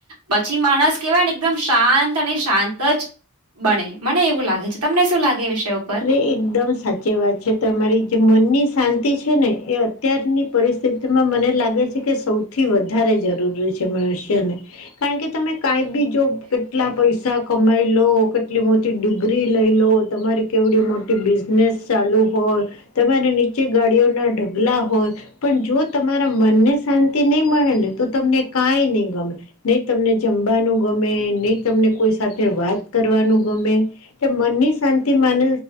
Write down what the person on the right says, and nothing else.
પછી માણસ કેહેવાય ને એકદમ શાંત અને શાંત જ બને મને એવું લાગે છે, તમને શું લાગે એ વિષય ઉપર